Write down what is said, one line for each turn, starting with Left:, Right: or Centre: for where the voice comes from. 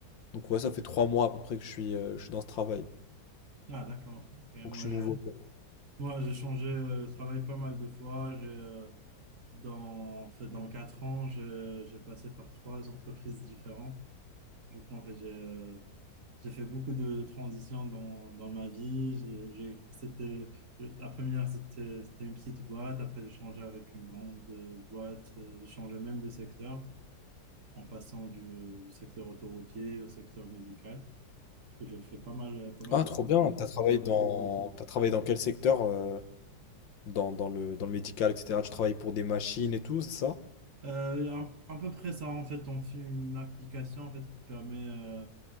Left: Donc ouais, ça fait trois mois à peu près que je suis, euh, je suis dans ce travail.
Right: Ah, d'accord. Ok, Moi,
Left: Donc je suis
Right: j'ai
Left: nouveau. quoi.
Right: moi, j'ai changé euh, de travail pas mal de fois. J'ai, euh, dans, en fait, dans quatre ans, j'ai j'ai passé par trois entreprises différentes. Du coup, en fait, j'ai... euh, J'ai fait beaucoup de transitions dans, dans ma vie. J'ai, j'ai- c'était, la première, c'était, c'était une petite boîte. Après, j'ai changé avec une grande euh, boîte. Euh, J'ai changé même de secteur en passant du, du secteur autoroutier au secteur médical. Parce que j'ai fait pas mal, pas mal
Left: Ah,
Right: de
Left: trop
Right: changements.
Left: bien. T'as travaillé dans, t'as travaillé dans quel secteur? euh, dans, dans le, dans le médical, etc. Tu travailles pour des machines et tout, c'est ça?
Right: Euh, à, à peu près ça, en fait, on fait une application en fait, qui permet euh,